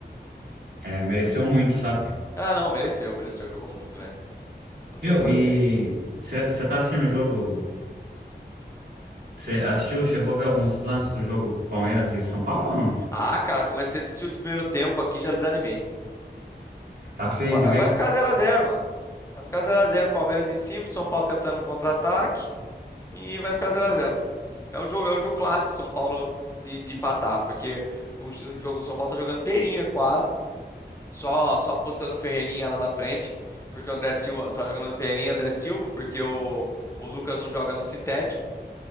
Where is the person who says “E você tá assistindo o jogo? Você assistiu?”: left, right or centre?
Right